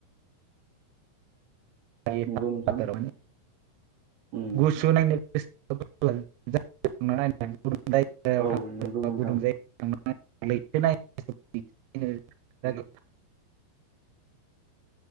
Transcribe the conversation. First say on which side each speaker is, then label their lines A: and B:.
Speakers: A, on the right; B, on the right.
A: <unintelligible>
B: नंगौ नोंथां उम
A: गुसु नायनो गोसो <unintelligible> थां नाय <unintelligible> जायगायाव
B: औ
A: थां
B: नंगौ नोंथां
A: गुदुं जायो <unintelligible>